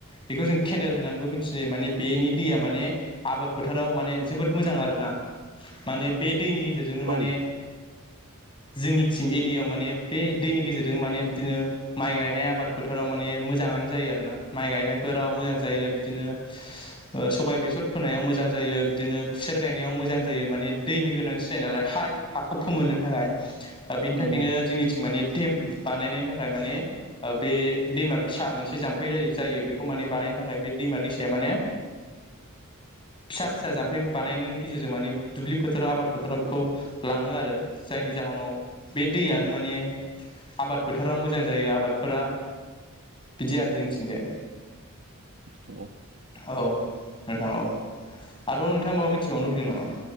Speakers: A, on the left; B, on the right.
A: बेखौ जों केनेल होननानैबो मिथियो माने बेनि दैया माने आबाद फोथाराव माने जोबोद मोजां आरोना। माने बे दैनि गेजेरनो माने
B: औ
A: जोंनिथिं एरियायाव माने बे दैनि गेजेरजों माने बिदिनो माइ गायनाय आबाद फोथाराव माने मोजाङानो जायो आरो ना माइ गायनायफोराव मोजां जायो बिदिनो ओ सबाय बेसर फोनायाव मोजां जायो बिदिनो खुसेर गायनायाव मोजां जायो माने दैनि गोनांथि। थि जायो नालाय हाय हाखौ फोमोननो थाखाय ओ बेनि थाखायनो
B: नंगौ
A: जोंनिथिं माने देम बानायनाय थाखाय माने बे दैमा फिसा मोनसे जाम्फै जायो जायो बेखौ माने बानायनो थाखाय बे दैमा दैसाया माने फिसा फिसा जाम्फै बानायनायनि गेजेरजों माने दुब्लि फोथाराव आबाद फोथाराव बेखौ लाङो आरो जायनि जाहोनाव बे दैयानो माने आबाद फोथाराव मोजां जायो आबादफोरा बिदि आरो जोंनिथिंजाय।
B: नंगौ
A: औ नोंथां औ आरो नोंथाङा माबा मिथिबावनो लुबैदों नामा?